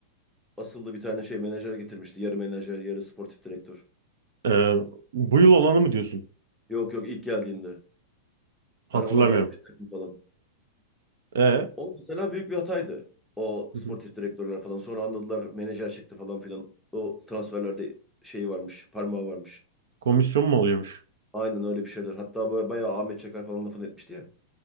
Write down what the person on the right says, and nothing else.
Ee, bu yıl olanı mı diyorsun?
Hatırlamıyorum.
E, Hı
hı.
komisyon mu oluyormuş?